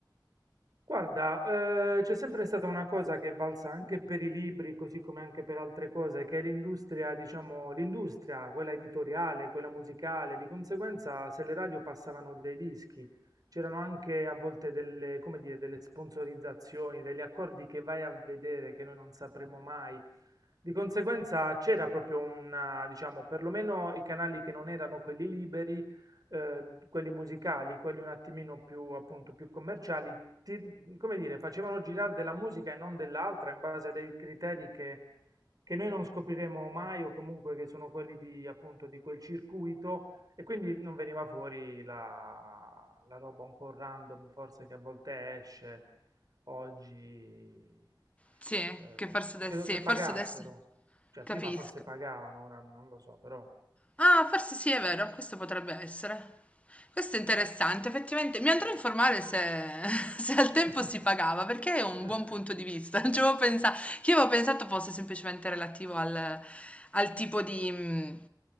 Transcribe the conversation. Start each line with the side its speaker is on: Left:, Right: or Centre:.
Right: guarda, eh, c'è sempre stata una cosa che è valsa anche per i libri, così come anche per altre cose, che è l'industria, diciamo, l'industria, quella editoriale, quella musicale, di conseguenza se le radio passavano dei dischi, c'erano anche a volte delle, come dire, delle sponsorizzazioni, degli accordi che vai a vedere che noi non sapremo mai. Di conseguenza c'era proprio una, diciamo, perlomeno i canali che non erano quelli liberi eh, quelli musicali, quelli un attimino più, appunto, più commerciali, ti- come dire, facevano girare della musica e non dell'altra in base a dei criteri che, che noi non scopriremo mai o comunque che sono quelli di, appunto, di quel circuito e quindi non veniva fuori la, la roba un po' random, forse che a volte esce oggi.
Left: Sì,
Right: eh,
Left: che forse adesso,
Right: credo
Left: sì,
Right: che pagassero,
Left: forse adesso
Right: cioè
Left: capisco.
Right: prima forse pagavano, ora non lo so, però.
Left: Ah, forse sì, è vero, questo potrebbe essere. Questo è interessante, effettivamente. Mi andrò a informare se, <laughs> se al tempo
Right: <laughs>
Left: si pagava, perché è un
Right: <laughs>
Left: buon punto di vista. <laughs> Non ci avevo pensato, che io avevo pensato fosse semplicemente relativo al, al tipo di, mh,